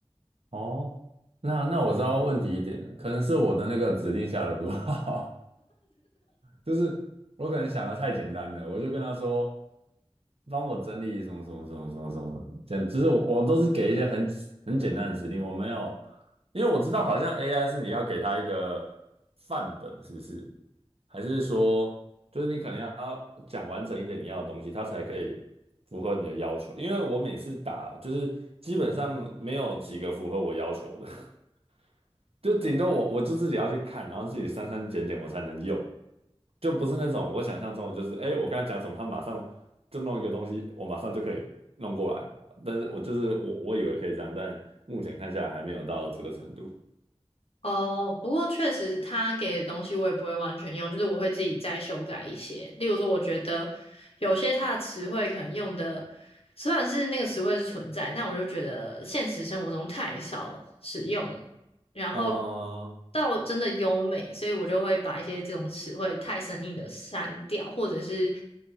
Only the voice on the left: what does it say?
哦，不过确实他给的东西我也不会完全用，就是我会自己再修改一些。例如说，我觉得有些他的词汇可能用的，虽然是那个词汇是存在，但我就觉得现实生活中太少使用，然后
到真的优美，所以我就会把一些这种词汇太生硬的删掉，或者是